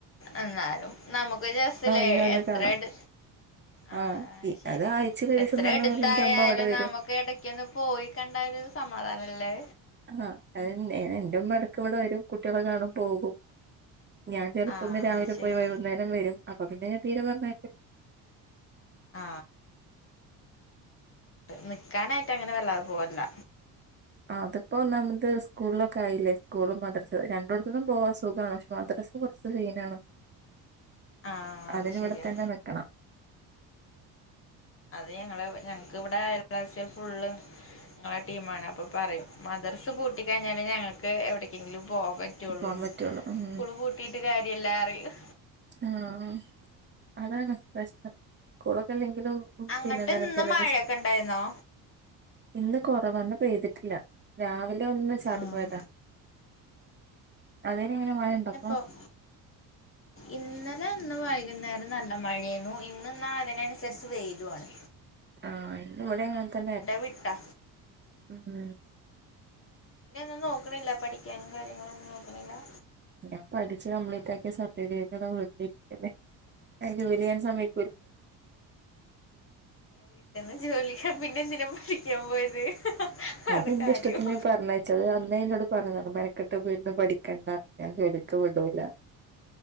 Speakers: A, on the left; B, on the right.
A: എന്നാലും നമുക്ക് രസലേ
B: ഇന്നെ വന്ന്
A: എത്രട്
B: കാണാം
A: ആ
B: ആഹ്
A: ഹ്ശരി
B: അത് ആഴ്ചയിൽ ഒരു
A: എത്രടുത്തായാലും
B: ദിവസം പറഞ്ഞ പോലെ എന്റെ അമ്മ ഇവിടെ വരും
A: നമുക്ക് ഇടക്കൊന്ന് പോയി കണ്ട ത് സമാധാനല്ലേ
B: ആ അതെൻ എ എന്റെമ്മടക്ക്വ്ടെ വരും കുട്ടേളെ കാണും പോകും ഞാൻ ചെലപ്പൊന്ന്
A: ആഹ്
B: രാവിലെ
A: അത് ശരി
B: പോയി വൈകുന്നേരംവരും അപ്പപിന്നെ തീരെ പറഞ്ഞ
A: ആ നിക്കാനായിട്ടങ്ങനെ വല്ലാതെ പോവാറില്ല
B: ആത്പ്പോന്നാമദ് സ്കൂള്ലൊക്കായില്ലേ സ്കൂളും മദ്രസ് രണ്ടോട്ത്ത്ന്നും പോവാസുഖാണ് പഷ് മദ്ര ദ്രസ് കൊർച്ച് സീനാണ്
A: ആഹ്
B: അതിനിവിടെത്തന്നെ
A: അത് ശരിയാ
B: നിക്കണം
A: അത് ഞങ്ങളെവ് ഞങ്ങക്ക്വ്ടെ അയൽവാസൃൾ ഫുള്ള് ങ്ങളെ ടീമാണ് അപ്പൊപറയും മദർസ് പൂട്ടികഴിഞ്ഞാല് ഞങ്ങൾക്ക് എവിടേക്കെങ്കിലും പോ പറ്റൊള്ളൂന്ന്
B: പോവാൻ പറ്റുള്ളൂ ഉം
A: സ്കൂള്പൂട്ടീറ്റ് കാര്യല്ലാറിയും
B: ആ ആ അതാണ് പ്രശ്നം കൂ ളകില്ലെങ്ക് ങ്കിലും
A: അങ്ങട്ട്
B: പിന്നന്തറ
A: ഇന്ന്
B: <unintelligible>
A: മഴയൊക്കെ ഉണ്ടായിരുന്നോ
B: ഇന്ന് കൊറവാന്ന് പെയ്തിട്ടില്ല രാവിലൊന്ന് ചാറി
A: ആഹ്
B: പോയതാ അത് ങ്ങനെ മഴണ്ടപ്പൊ
A: ഇന്നിപ്പം ഇന്നലെ ഇന്ന് വൈകുന്നേരം നല്ല മഴൈനു ഇന്ന്ന്നാ അതിനനുസരിച്ച് വൈലുആണ്
B: ആ ഇന്ന്വ്ടെങ്ങൻതന്നെ
A: വിട്ടാ
B: ഉം
A: പിന്നെന്നും നോക്ക്ണില്ല പഠിക്കാനും കാര്യങ്ങളൊന്നും നോക്ക്ണില്ലാ
B: ഞാംപഠിച്ച് കംപ്ലീറ്റാക്കിയ സർട്ടിഫിക്കതാവീട്ടിലിരിക്കല്ലേ അത് ജോലിചെയ്യണ സമയ
A: വീട്ടന്ന് ജോലിക്ക പിന്നെന്തിന പഠിക്കാൻ പോയത്?
B: അതെന്റെ
A: അത് കാര്യം
B: ഇഷ്ടത്തിന് പറഞ്ഞയച്ചത് അന്നേ എന്നോട് പറഞ്ഞതാണ് മന ക്കെട്ടിപ്പരുന്നു പഠിക്കണ്ട, ഞാൻ ജോലിക്ക് വിടൂലാന്ന്.